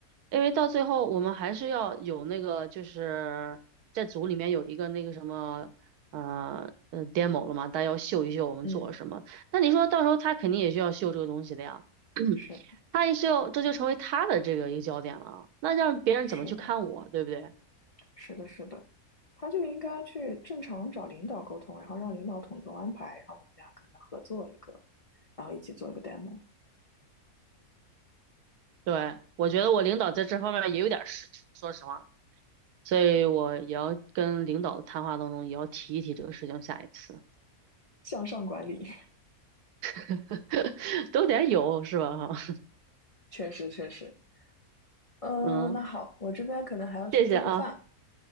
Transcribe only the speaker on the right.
因为到最后我们还是要有那个，就是在组里面有一个那个什么，呃呃，demo 了嘛，大家要秀一秀我们做了什么。
那你说到时候他肯定也需要秀这个东西的呀，
<clears throat> 他也是要，这就成为他的这个一个焦点了。那让别人怎么去看我，
对不对？
对，我觉得我领导在这方面也有点失职，说实话，所以我也要跟领导谈话当中也要提一提这个事情，下一次
<laughs> 都得有是吧？哈，
嗯。
谢谢啊，